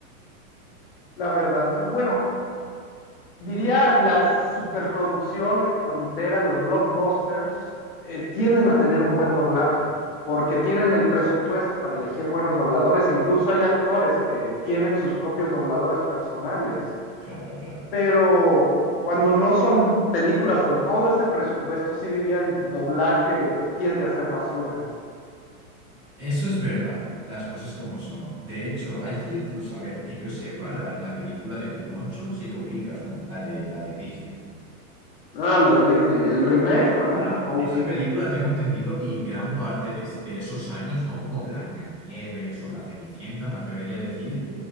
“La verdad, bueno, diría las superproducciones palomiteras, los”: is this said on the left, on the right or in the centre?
Left